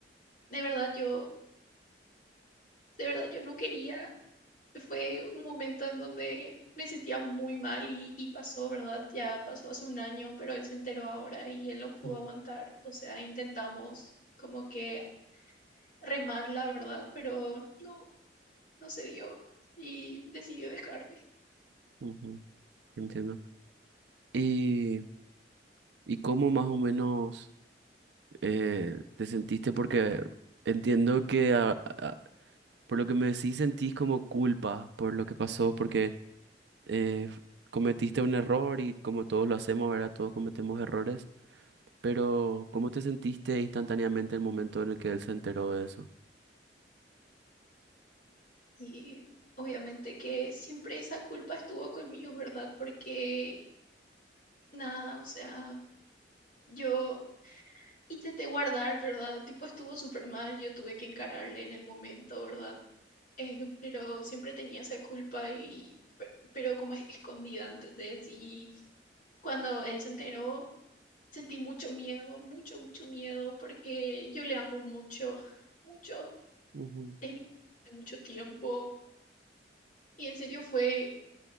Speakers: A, on the left (about 50°); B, on the right (about 70°).
A: de verdad yo, de verdad yo no quería. Fue un momento en donde me sentía muy mal y, y pasó, ¿verdad? Ya pasó hace un año, pero él se enteró ahora y él no pudo
B: Mm,
A: aguantar. O sea, intentamos como que remar la verdad, pero no, no se dio y decidió dejarme.
B: ujú, Entiendo. Y, y cómo más o menos... eh, te sentiste porque entiendo que a- a- por lo que me decís sentís como culpa por lo que pasó, porque eh, cometiste un error y como todos lo hacemos, ¿verdad? Todos cometemos errores, pero ¿cómo te sentiste instantáneamente el momento en el que él se enteró de eso?
A: Y obviamente que siempre esa culpa estuvo conmigo, ¿verdad? Porque nada, o sea, yo intenté guardar, ¿verdad? Tipo, estuvo súper mal, yo tuve que encararle en el momento, ¿verdad? Eh, pero siempre tenía esa culpa y, pe- pero como es- escondida, ¿entendés? Y cuando él se enteró, sentí mucho miedo, mucho, mucho miedo, porque yo le amo mucho, mucho,
B: Ujú,
A: es mi hace mucho tiempo. Y en serio fue